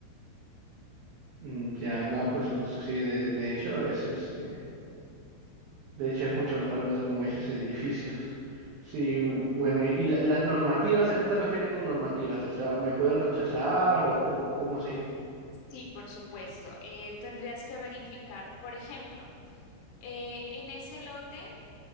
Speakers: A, on the right; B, on the left.
A: Mm, Ya, no, pues entonces sí, de, de hecho, es este. De hecho, es mucho mejor entonces, como dices, edificios. Sí, bueno, ¿y la- las normativas? ¿A qué te refieres con normativas? O sea, ¿me pueden rechazar o, o o cómo así?
B: Sí, por supuesto. Eh, tendrías que verificar, por ejemplo, eh, en ese lote,